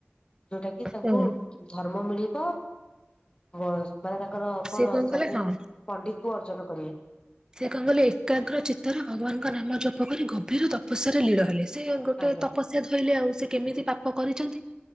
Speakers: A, on the left; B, on the right.
A: ଯୋଉଟା କି ତାଙ୍କୁ
B: ହଁ
A: ଧର୍ମ ମିଳିବ ହଁ ମାନେ ତାଙ୍କର
B: ସିଏ
A: କଣ ସବୁ
B: କଲେ ହଁ
A: ପଣ୍ଡିତ୍ୱ ଅର୍ଜନ କରିବେ।
B: ସେ କଣ କଲେ? ଏକାଗ୍ର ଚିତ୍ତର ଭଗବାନଙ୍କ ନାମ ଜପ କରି ଗଭୀର ତପସ୍ୟାରେ ଲୀଡ଼ ହେଲେ ସେ। ଯେ ଗୋଟେ
A: ଆଜ୍ଞା
B: ତପସ୍ୟା ଧୋଇଲେ ଆଉ। ସେ କେମିତି ପାପ କରିଛନ୍ତି?